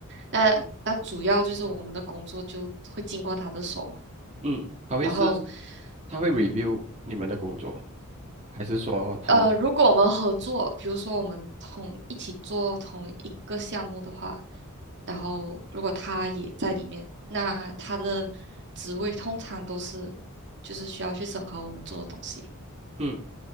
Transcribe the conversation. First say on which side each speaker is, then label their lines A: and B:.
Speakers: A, on the right; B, on the right.
A: 呃，
B: 嗯。
A: 但主要就是我们的工作就会经过他的手嘛，
B: 嗯他会是
A: 然后，
B: 他会 review
A: 嗯，
B: 你们的工作，还是说他们
A: 呃，如果我们合作，比如说我们同一起做同一个项目的话，然后如果他也在里面，那他的职位通常都是就是需要去审核我们做的东西。
B: 嗯